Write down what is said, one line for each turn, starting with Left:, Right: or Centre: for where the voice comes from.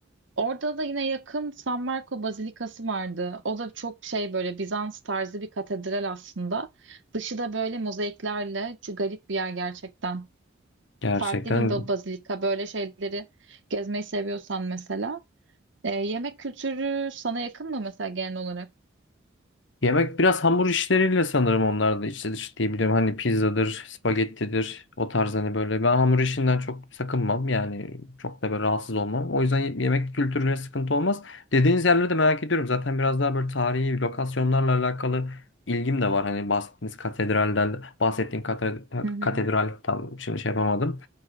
Right: Orada da yine yakın San Marco Bazilikası vardı. O da çok şey böyle Bizans tarzı bir katedral aslında. Dışı da böyle mozaiklerle. Şu garip bir yer gerçekten
Left: gerçekten
Right: farklı bir ba- bazilika böyle şeyleri gezmeyi seviyorsan mesela. E, yemek kültürü sana yakın mı mesela genel olarak?
Left: Yemek biraz hamur işleriyle sanırım onlar da içli dışlı diyebilirim. Hani pizzadır, spagettidir o tarz hani böyle. Ben hamur işinden çok sakınmam yani çok da böyle rahatsız olmam. O yüzden ye- yemek kültürüyle sıkıntı olmaz. Dediğiniz yerleri de merak ediyorum. Zaten biraz daha böyle tarihi lokasyonlarla alakalı ilgim de var. Hani bahsettiğiniz katedralden, bahsettiğim kate-
Right: Hı hı.
Left: katedral tam şimdi şey yapamadım.